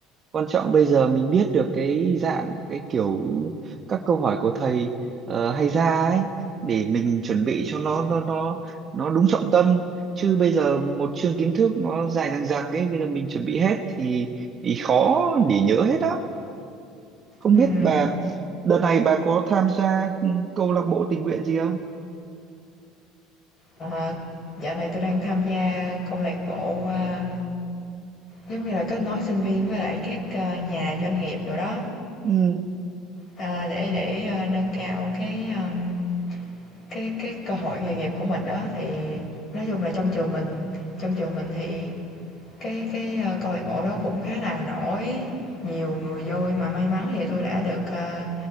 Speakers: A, on the right (about 30°); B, on the left (about 30°).
A: quan trọng bây giờ mình biết được cái dạng cái kiểu các câu hỏi của thầy ờ, hay ra ấy để mình chuẩn bị cho nó nó nó nó đúng trọng tâm chứ bây giờ một chương kiến thức nó dài dằng dặc ấy bây giờ mình chuẩn bị hết thì thì khó để nhớ hết á không
B: Ừm,
A: biết bà đợt này bà có tham gia ừ, câu lạc bộ tình nguyện gì không
B: ờ, dạo này tôi đang tham gia câu lạc bộ, a, giống như là kết nối sinh viên với lại các, ờ, nhà doanh nghiệp rồi đó,
A: ừ
B: ờ, để để, ơ, nâng cao cái, ờm, cái cái cơ hội nghề nghiệp của mình đó. Thì nói chung là trong trường mình trong trường mình thì Cái cái, a, câu lạc bộ đó cũng khá là nổi, nhiều người vô mà may mắn thì tôi đã được, a,